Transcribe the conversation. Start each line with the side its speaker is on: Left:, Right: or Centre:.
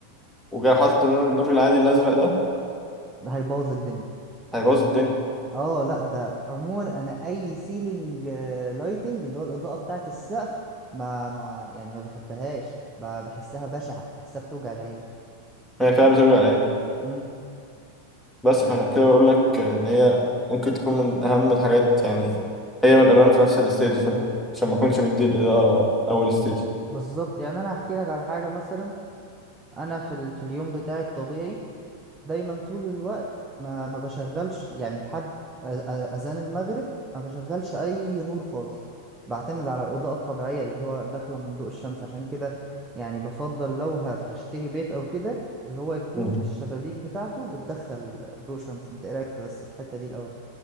Centre: وجاي حاطط النور النور العادي الازرق ده
Right: ده هيبوظ الدنيا
Centre: هيبوظ الدنيا
Right: اه لا ده عموما انا اي سيلينج لايتنج اللي هو الاضاءه بتاعه السقف ما ما يعني ما بحبهاش ب- بحسها بشعه بحسها بتوجع العين
Centre: هي فعلا بترجع لايه
Right: امم
Centre: بس
Right: يعني
Centre: فعشان كده بقول لك ان هي ممكن تكون من اهم الحاجات يعني هي والالوان في نفس الستيج فاهم عشان
Right: بز...
Centre: ما اكونش مدي الاضاءه اول ستيج
Right: بالظبط يعني انا هحكي لك على حاجه مثلا انا في ال... في اليوم بتاعي الطبيعي دايما طول الوقت ما ما بشغلش يعني لحد أ- أ- اذان المغرب ما بشغلش اي نور خالص بعتمد على الاضاءه الطبيعيه اللي هو داخله من ضوء الشمس عشان كده يعني بفضل لو هف- هشتري بيت او كده اللي هو يكون
Centre: مم.
Right: الشبابيك بتاعته بتدخل ضوء شمس انت ايه رايك في بس في الحته دي الاول